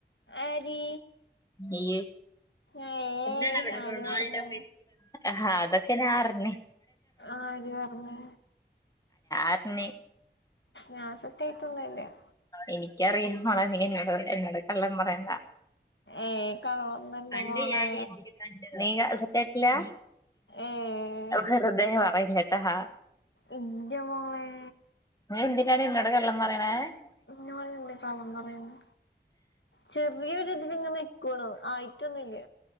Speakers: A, on the left; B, on the left.
A: ആടി
B: ഇയ്
A: ഏ
B: എന്താനവിടെ
A: ആര്
B: റൊണാൾഡോ
A: പറഞ്ഞ്
B: മെസ്സി അതൊക്കെ ഞാൻ അറിഞ്ഞ്
A: ആര് പറഞ്ഞ്
B: അറിഞ്ഞ്
A: നാസ്തക്കെക്കില്ലെന്നെയാ
B: എനിക്കറിയാം മോളെ നീ എന്നോട് നീ എന്നോട് കള്ളം പറയേണ്ട
A: ഏയ് കള്ളൊന്നല്ല
B: കണ്ട്
A: മോളെ
B: ഞാന് നീയാണ് സത്യം കേട്ടില്ല
A: ഏയ്
B: വെറുതെ പറയല്ലേ ആഹാ
A: എന്റെമോനെ
B: നീ എന്തിനാടി എന്നോട് കള്ളം പറയുന്നേ പറയിണെ
A: ഇന്നോടെന്ത് കള്ളം പറയുന്നു ചെറിയൊരു ഇതിലിങ്ങ് നിക്കണു ആയിട്ടൊന്നുമില്ല